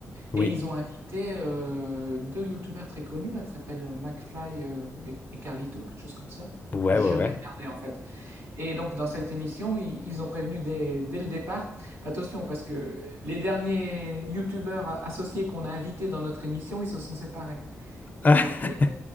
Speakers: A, on the left; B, on the right.
A: Oui.
B: et ils ont invité, heu, 2 youtubeurs très connus là qui s'appellent, heu, McFly, heu, et et Carlito, quelque chose comme ça.
A: Ouais,
B: J'ai
A: ouais,
B: jamais
A: ouais.
B: regardé en fait. Et donc, dans cette émission, ils, ils ont prévenu dès, dès le départ, attention, parce que les derniers youtubeurs associés qu'on a invités dans notre émission, ils se sont séparés. Et
A: Ah,
B: c'était,
A: <laughs>